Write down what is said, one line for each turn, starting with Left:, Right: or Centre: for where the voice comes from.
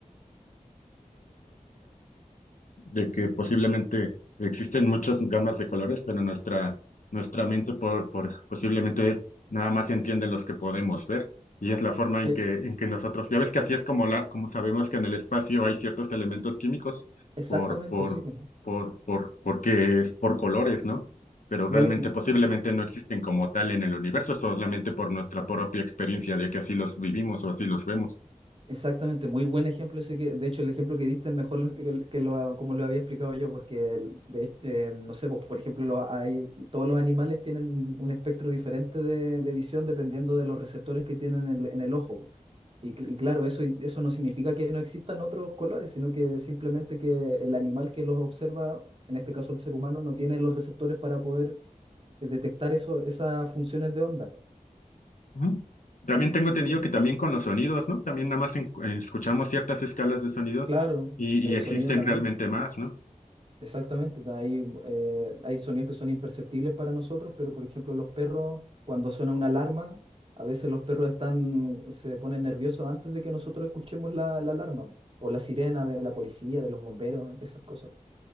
Left: de que posiblemente existen muchas gamas de colores, pero nuestra, nuestra mente por, por- posiblemente nada más entiende los que podemos ver. Y es la forma en
Right: Eh,
Left: que, en que nosotros, ya ves que así es como, la, como sabemos que en el espacio hay ciertos elementos químicos
Right: exactamente,
Left: por, por,
Right: sí. pues.
Left: por, por, porque es por colores, ¿no? Pero
Right: Muy,
Left: realmente posiblemente no existen como tal en el universo, solamente por nuestra propia experiencia de que así los vivimos o así los vemos.
Right: Exactamente, muy buen ejemplo ese que, de hecho, el ejemplo que diste es mejor lo- que, el- que lo, como lo había explicado yo, porque el- de, eh, no sé, pues, por ejemplo, los- hay, todos los animales tienen un espectro diferente de, de visión dependiendo de los receptores que tienen en, el en el ojo. Y, cl- y claro, eso, eso no significa que no existan otros colores, sino que simplemente que el animal que los observa, en este caso el ser humano, no tiene los receptores para poder eh, detectar eso, esas funciones de onda.
Left: Ujú. También tengo entendido que también con los sonidos, ¿no? También nada más en- eh, escuchamos ciertas escalas de sonidos
Right: Claro,
Left: y,
Right: el
Left: y existen
Right: sonido también.
Left: realmente más, ¿no?
Right: Exactamente, da- hay, eh, hay sonidos que son imperceptibles para nosotros, pero por ejemplo los perros, cuando suena una alarma, a veces los perros están, se ponen nerviosos antes de que nosotros escuchemos la, la alarma, o la sirena de la policía, de los bomberos, esas cosas.